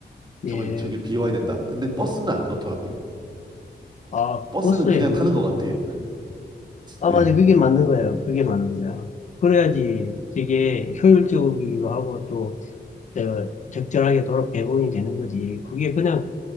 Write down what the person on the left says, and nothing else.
예.
아,
버스에
물?
아,
맞아. 그게 맞는 거예요. 그게 맞는 거야. 그래야지
되게 효율적이기도 하고 또 내가 적절하게 돌아 배분이 되는 거지. 그게 그냥